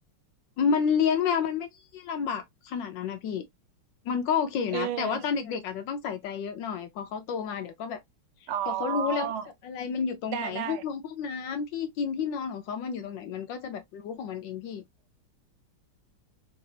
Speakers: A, on the left; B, on the right.
A: มันเลี้ยงแมวมันไม่ได้ลำบากขนาดนั้นนะพี่มันก็โอเคอยู่นะแต่ว่าตอนเด็กๆอาจจะต้องใส่ใจเยอะหน่อยพอเขาโตมาเดี๋ยวก็แบบ
B: เอออ๋อ
A: พอเขารู้แล้วว่าแบบอะไรมันอยู่ตรงไหนห้องนอนห้องน้ำที่กินที่นอนของเขามันอยู่ตรงไหนมันก็จะแบบรู้ของมันเองพี่
B: ได้ได้